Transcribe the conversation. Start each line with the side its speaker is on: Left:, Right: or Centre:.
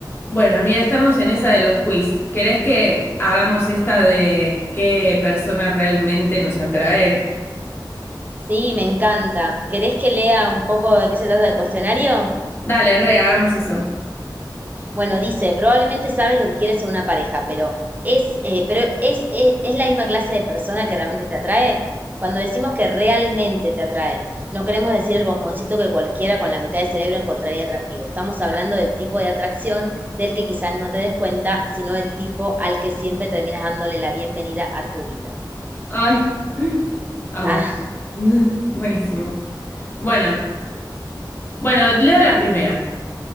Left: Bueno, mira, estamos en esa de los quiz. ¿Querés que hagamos esta de qué persona realmente nos atrae?
Right: Sí, me encanta. ¿Querés que lea un poco de qué se trata el cuestionario?
Left: Dale, re, hagamos eso.
Right: Bueno, dice, probablemente sabes lo que quieres en una pareja, pero es, eh, pero es, es, es la misma clase de persona que realmente te atrae. Cuando decimos que realmente te atrae, no queremos decir el bomboncito que cualquiera con la mitad de cerebro encontraría atractivo. Estamos hablando del tipo de atracción del que quizás no te des cuenta, sino del tipo al que siempre terminas dándole la bienvenida a tu vida.
Left: Ay, amo.
Right: Ah,
Left: <laughs> Buenísimo. Bueno, bueno, leo la primera.